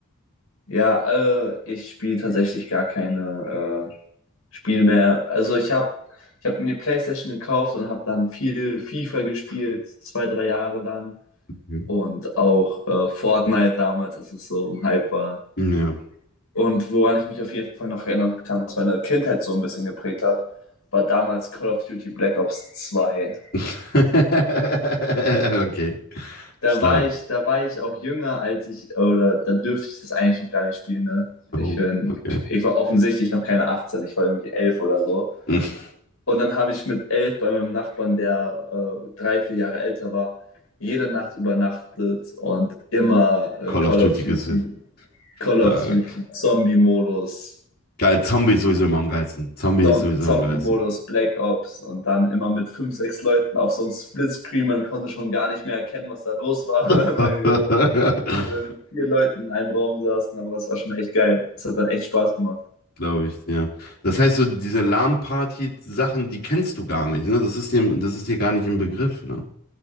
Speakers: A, on the left (about 65°); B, on the left (about 45°).
A: Ja, äh, ich spiele tatsächlich gar keine äh, Spiele mehr. Also ich habe ich hab mir die PlayStation gekauft und habe dann viel FIFA gespielt, zwei, drei Jahre lang.
B: Mhm.
A: Und auch äh, Fortnite damals, als es so im Hype war.
B: Ja.
A: Und woran ich mich auf jeden Fall noch erinnern kann, was meine Kindheit so ein bisschen geprägt hat, war damals Call of Duty Black Ops 2.
B: <laughs> Okay.
A: da
B: Stark.
A: war ich, da war ich auch jünger, als ich, oder da dürfte ich das eigentlich noch gar nicht spielen, ne?
B: Oh,
A: Ich, bin,
B: okay.
A: ich war offensichtlich noch keine 18, ich war irgendwie elf oder so.
B: <laughs>
A: Und dann habe ich mit 11 bei meinem Nachbarn, der äh, drei, vier Jahre älter war, jede Nacht übernachtet und immer äh,
B: Call
A: Call
B: of Duty
A: of Duty,
B: ist stark.
A: Call of Duty, Zombie-Modus,
B: Geil, Zombie ist sowieso immer am geilsten. Zombie
A: Zom
B: ist sowieso
A: Zombie-Modus,
B: am geilsten.
A: Black Ops und dann immer mit fünf, sechs Leuten auf so einem Splitscreen. Man konnte schon gar nicht mehr erkennen, was da los war,
B: <laughs>
A: <laughs> weil wir ähm, vier Leuten in einem Raum saßen, aber es war schon echt geil. Es hat dann echt Spaß gemacht.
B: Glaube ich, ja. Das heißt, so diese LAN-Party-Sachen, die kennst du gar nicht, ne? Das ist dir, das ist dir gar nicht im Begriff, ne?